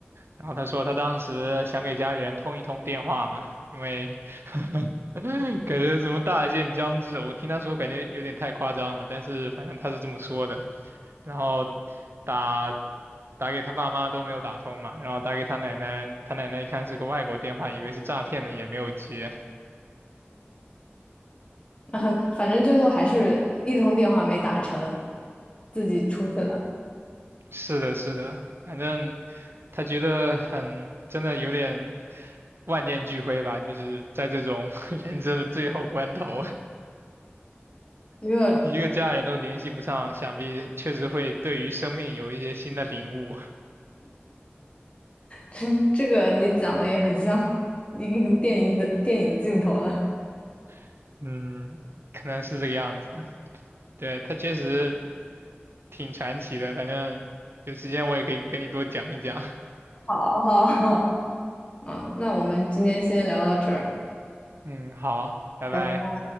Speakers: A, on the right; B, on the left.
A: 然后他说他当时想给家里人通一通电话嘛，因为 <laughs> 感觉什么大限将至，我听他说感觉有点太夸张了，但是反正他是这么说的。然后打打给他爸妈都没有打通嘛，然后打给他奶奶，他奶奶一看是个外国电话，以为是诈骗的，也没有接。
B: <laughs> 反正最后还是一通电话没打成，自己出去了。
A: 是的，是的，反正他觉得很，真的有点万念俱灰吧，就是在这种 <laughs> 人生的最后关头。
B: 因为我
A: <laughs> 一个家人都联系不上，想必确实会对于生命有一些新的领悟。
B: <laughs> 这个你讲的也很像一个 <laughs> 电影的电影的镜头了。
A: <laughs> 嗯，可能是这个样子。对，他确实挺传奇的，反正有时间我也可以跟你多讲一讲。
B: 好好好，<laughs> 嗯，那我们今天先聊到这儿，
A: 嗯，好，拜拜。
B: 拜拜。